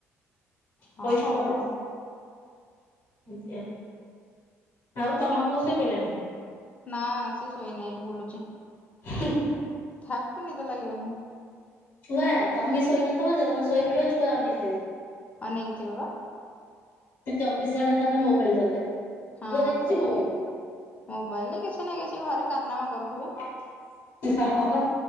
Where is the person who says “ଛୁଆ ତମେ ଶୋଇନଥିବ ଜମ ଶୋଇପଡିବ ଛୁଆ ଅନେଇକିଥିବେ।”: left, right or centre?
Left